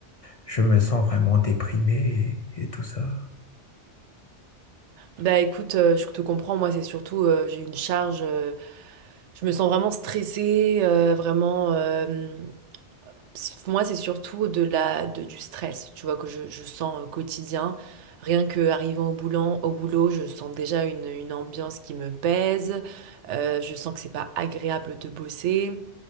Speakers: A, on the left; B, on the right.
A: je me sens vraiment déprimé et, et tout ça?
B: Bah écoute, euh, je te comprends, moi, c'est surtout, euh, j'ai une charge, euh, je me sens vraiment stressée, euh, vraiment. euh, Pff, Moi, c'est surtout de la, de- du stress, tu vois, que je, je sens euh, quotidien. Rien que arrivant au boulot, au boulot, je sens déjà une, une ambiance qui me pèse. Euh, je sens que c'est pas agréable de bosser.